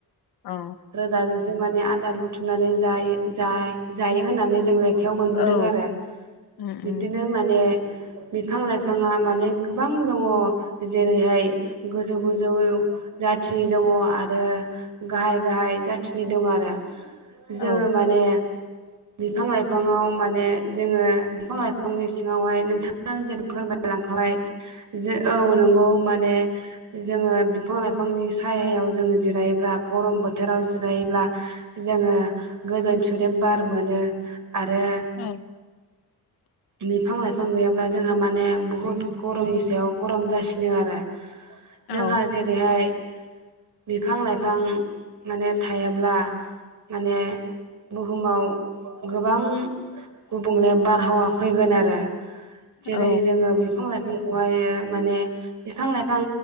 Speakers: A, on the left; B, on the right.
A: औ
B: रोदाजोंसो जों माने आदार बुथुमनानै जायो जायो होननानै जों ले आखायाव मोनबोदों
A: औ
B: आरो
A: उम
B: बिदिनो
A: उम
B: माने बिफां लाइफाङा माने गोबां दङ जेरैहाय गोजौ-गोजौ जाथि दङ आरो गाहाय-गाहाय जाथि नि दं आरो जोङो
A: औ
B: माने बिफां लाइफाङाव माने जोङो बिफां लाइफांनि सिङावहाय नोंथांनो आं जेरै फोरमाय लांखाबाय जो औ नंगौ माने जोङो बिफां लाइफांनि सायायाव जोङो जिरायोब्ला गरम बोथोराव जिरायोब्ला जोङो गोजोन सुदेम बार मोनो‌। आरो
A: औ
B: बिफां लाइफां गैयाब्ला जोङो माने बुहुत गरमनि सायाव गरम जासिनो आरो। जोंहा
A: औ
B: जेरैहाय बिफां लाइफां माने थायाब्ला माने बुहुमाव गोबां गुबुंले बारहावा फैगोन आरो जेरै
A: औ
B: जोङो बिफां लाइफां जों हायो माने बिफां लाइफां